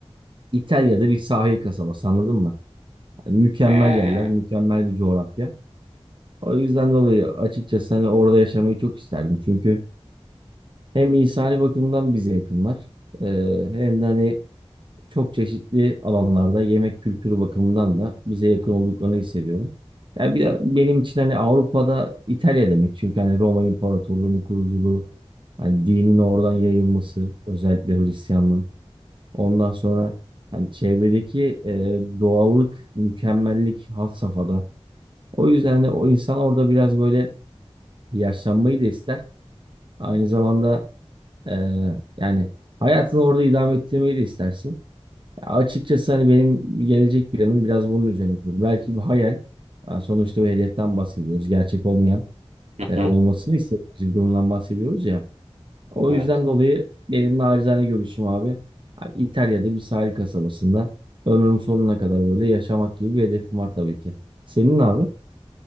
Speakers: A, on the right; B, on the right.
A: İtalya'da bir sahil kasabası anladın mı? Hani mükemmel
B: Ee,
A: yerler, mükemmel bir coğrafya. O yüzden dolayı açıkçası hani orada yaşamayı çok isterdim. Çünkü hem insani bakımdan bize yakınlar e, hem de hani çok çeşitli alanlarda yemek kültürü bakımından da bize yakın olduklarını hissediyorum. Yani bir de benim için hani Avrupa'da İtalya demek. Çünkü hani Roma İmparatorluğu'nun kuruculuğu Hani dinin oradan yayılması özellikle Hristiyanlığın. Ondan sonra hani çevredeki e, doğallık, mükemmellik had safhada. O yüzden hani o insan orada biraz böyle yaşlanmayı da ister. Aynı zamanda e, yani hayatını orada idame ettirmeyi de istersin. Ya açıkçası hani benim gelecek planım biraz bunun üzerine kurulu. Belki bir hayal. Yani sonuçta bir hedeften bahsediyoruz. Gerçek olmayan
B: hı
A: e,
B: hı.
A: olmasını istediğimiz bir durumdan bahsediyoruz ya. O
B: Evet.
A: yüzden dolayı benim nacizane görüşüm abi. Hani İtalya'da bir sahil kasabasında ömrümün sonuna kadar böyle yaşamak gibi bir hedefim var tabii ki. Senin ne abi?